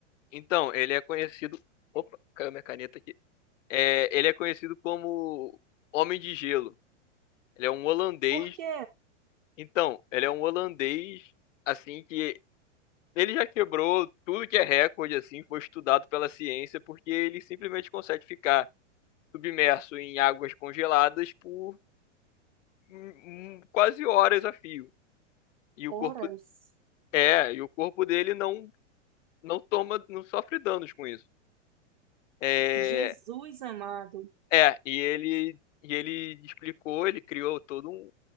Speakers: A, on the left; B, on the right.
A: Então, ele é conhecido. Opa, caiu minha caneta aqui. É, ele é conhecido como Homem de Gelo. Ele é um holandês.
B: Porque
A: Então, ele é um holandês, assim, que ele já quebrou tudo que é recorde, assim, foi estudado pela ciência, porque ele simplesmente consegue ficar submerso em águas congeladas por hum, hum, quase horas a fio. E
B: horas,
A: o corpo É, e o corpo dele não não toma, não sofre danos com isso. É,
B: Jesus amado,
A: é, e ele e ele explicou, ele criou todo um,